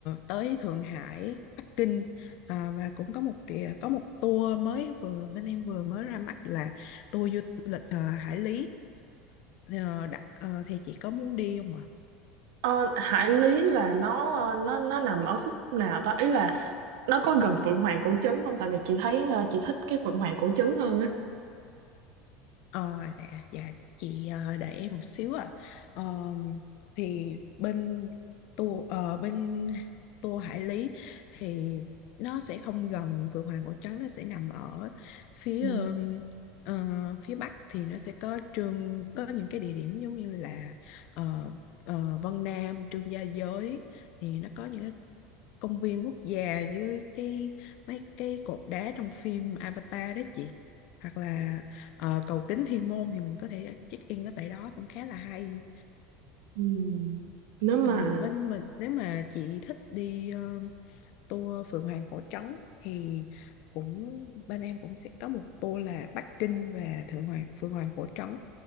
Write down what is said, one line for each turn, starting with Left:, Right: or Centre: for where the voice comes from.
Left: tới Thượng Hải, Bắc Kinh Ờ, và cũng có một địa- có một tour mới vừa bên em vừa mới ra mắt là tour du lịch ờ, Hải Lý Ờ, đã- ờ, thì chị có muốn đi không ạ?
Right: Ờ, Hải Lý là nó ờ, nó nó nằm ở khúc nào ta? Ý là nó có gần Phượng Hoàng cổ trấn không tại vì chị thấy ờ, chị thích cái Phượng Hoàng cổ trấn hơn á
Left: Ờ, dạ, dạ chị ờ, đợi em một xíu ạ. Ờ, thì bên tour ờ, bên tour Hải Lý thì nó sẽ không gần Phượng Hoàng Cổ Trấn nó sẽ nằm ở phía
Right: Ừ.
Left: ờ, phía bắc thì nó sẽ có trường có những cái địa điểm giống như là ờ, ờ, Vân Nam, Trương Gia Giới thì nó có những cái công viên quốc gia với cái mấy cái cột đá trong phim Avatar đó chị hoặc là ờ, cầu kính Thiên Môn thì mình có thể check in ở tại đó cũng khá là hay
Right: Ừ. nếu mà
Left: Ờ, bên mình nếu mà chị thích đi ờ, tour Phượng Hoàng Cổ Trấn thì cũng bên em cũng sẽ có một tour là Bắc Kinh và Thượng Hoàng Phượng Hoàng Cổ Trấn